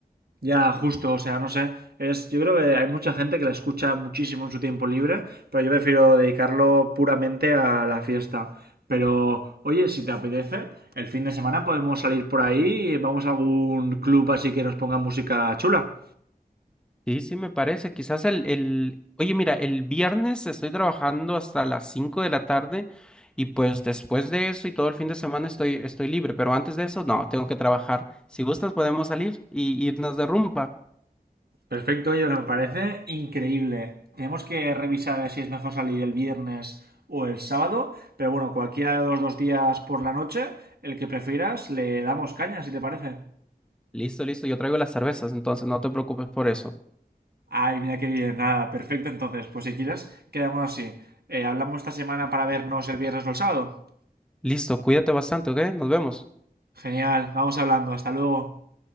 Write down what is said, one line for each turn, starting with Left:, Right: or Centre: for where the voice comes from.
Right: Ya, justo, o sea, no sé. Es, yo creo que hay mucha gente que la escucha muchísimo en su tiempo libre, pero yo prefiero dedicarlo puramente a la fiesta. Pero, oye, si te apetece, el fin de semana podemos salir por ahí y vamos a algún club así que nos ponga música chula.
Centre: Sí, sí, me parece. Quizás el, el... Oye, mira, el viernes estoy trabajando hasta las 5 de la tarde y pues después de eso y todo el fin de semana estoy, estoy libre, pero antes de eso, no, tengo que trabajar. Si gustas, podemos salir y irnos de rumba.
Right: Perfecto, oye, me parece increíble. Tenemos que revisar a ver si es mejor salir el viernes o el sábado, pero bueno, cualquiera de los dos días por la noche, el que prefieras, le damos caña, si te parece.
Centre: Listo, listo, yo traigo las cervezas, entonces no te preocupes por eso.
Right: Ay, mira qué bien, nada, perfecto. Entonces, pues si quieres, quedamos así. Eh, hablamos esta semana para vernos el viernes o el sábado.
Centre: Listo, cuídate bastante, ¿ok? Nos vemos.
Right: Genial, vamos hablando, hasta luego.